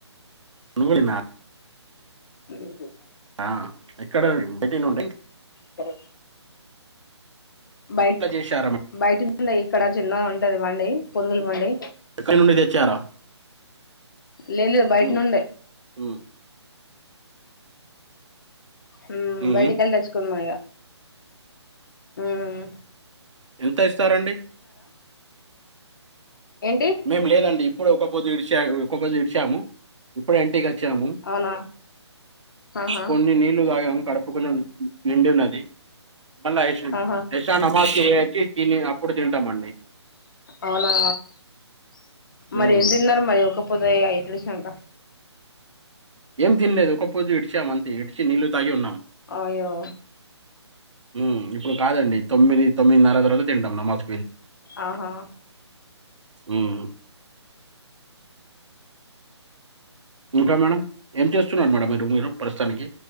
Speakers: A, on the right; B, on the left.
A: పునుగులు తిన్నా
B: <unintelligible>
A: ఆ ఇక్కడ బయటినే ఉంటయి.
B: సరే బయట్
A: ఎట్లా చేశారా మేడం
B: బయటిని ఉంది ఇక్కడ చిన్నగా ఉంటది బండి పునుగులు బండి
A: ఎక్కడ నుండి తెచ్చారా
B: లే లేదు బయటి
A: ఉమ్,
B: నుండే
A: ఉమ్,
B: హ్మ్
A: ఉమ్.
B: బయటికెల్లి తెచ్చుకున్నాం ఇగా హ్మ్
A: ఎంత ఇస్తారండి
B: ఏంటి
A: మేము లేదండి ఇప్పుడు ఒక పొద్దు ఇడిచా ఒక పొద్దు ఇడిచాము ఇప్పుడే ఇంటికేల్ వచ్చాము
B: అవునా ఆహా
A: కొన్ని నీళ్లు తాగాము కడుపు కొంచెం నిండి ఉన్నది మళ్ళా యాష్
B: ఆహా
A: యషా నమాజ్ కి పోయచ్చి అప్పుడు తింటామండి.
B: అవునా మరి
A: ఉమ్.
B: ఎం తిన్నారు మయ్ ఒక పొద్దు అయి ఇడిశినంక
A: ఏం తినలేదు ఒక పొద్దు ఇడిచామంతే ఇడిచి నీళ్ళు తాగి ఉన్నాం.
B: అయ్యో
A: హ్మ్ ఇప్పుడు కాదండి. తొమ్మిది తొమ్మిదిన్నర తరవాత తింటాం నమాజ్
B: ఆహా
A: హ్మ్ ఇంకా మేడం ఏం చేస్తున్నారు మేడం మీరు మీరు ప్రస్తుతానికి?